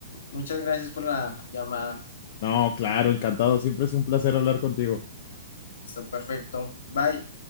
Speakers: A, on the left; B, on the left.
A: Muchas gracias por la llamada.
B: No, claro, encantado. Siempre es un placer hablar contigo.
A: Listo, perfecto. Bye.